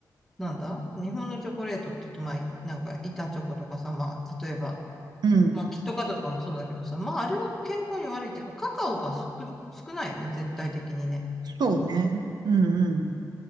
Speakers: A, in the centre; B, on the right.
A: なんだ日本のチョコレートって言うと、まあ、なんか、板チョコとかさ、まあ、例えば、
B: うん、
A: まあ、キットカットとかもそうだけどさ、まあ、あれは健康に悪いっていうか、カカオが少、少ないよね、絶対的にね。
B: そうね。うんうん。